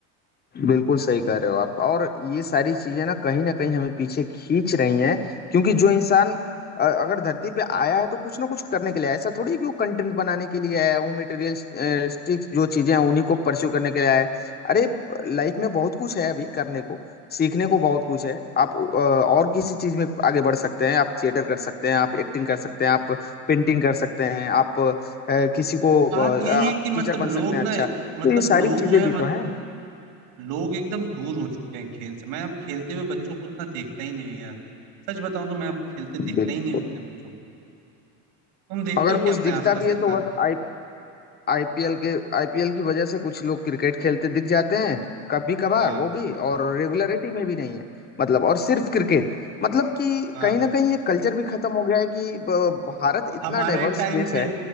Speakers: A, on the left; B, on the right.
A: बिल्कुल सही कह रहे हो आप और ये सारी चीजें ना कहीं ना कहीं हमें पीछे खींच रही हैं क्योंकि जो इंसान अ, अगर धरती पे आया है तो कुछ ना कुछ करने के लिए आया है। ऐसा थोड़ी है कि वो कंटेंट बनाने के लिए आया है वो मटेरियलिस्टिक जो चीजें हैं उन्हीं को परस्यू करने के लिए आया है अरे लाइफ में बहुत कुछ है अभी करने को सीखने को बहुत कुछ है आप अ, और किसी चीज में आगे बढ़ सकते हैं आप थिएटर कर सकते हैं आप एक्टिंग कर सकते हैं आप पेंटिंग कर सकते हैं आप अ, किसी को
B: बात
A: अ,
B: यही
A: आप
B: है कि
A: टीचर
B: मतलब
A: बन
B: लोग
A: सकते हैं अच्छा
B: ना
A: तो
B: मतलब
A: ये सारी
B: लोग
A: चीजें
B: जो है
A: भी तो
B: मत,
A: हैं
B: लोग एकदम दूर हो चुके हैं खेल से मैं अब खेलते हुए बच्चों को उतना देखता ही नहीं हूँ यार सच बताऊं तो मैं अब खेलते देखता
A: बिल्कुल
B: ही नहीं हूँ उतने बच्चों को तुम देखते
A: अगर
B: हो क्या
A: कुछ
B: अपने
A: दिखता
B: आसपास
A: भी है
B: इतना
A: तो बस आई आईपीएल के आईपीएल की वजह से कुछ लोग क्रिकेट खेलते दिख जाते हैं कभी कभार
B: हाँ
A: वो भी और रेगुलरिटी में भी नहीं है मतलब और सिर्फ क्रिकेट मतलब कि
B: हाँ
A: कहीं ना कहीं ये कल्चर भी खत्म हो गया है कि ब- भारत इतना
B: हमारे
A: डाइवर्स
B: टाइम
A: देश
B: पे
A: है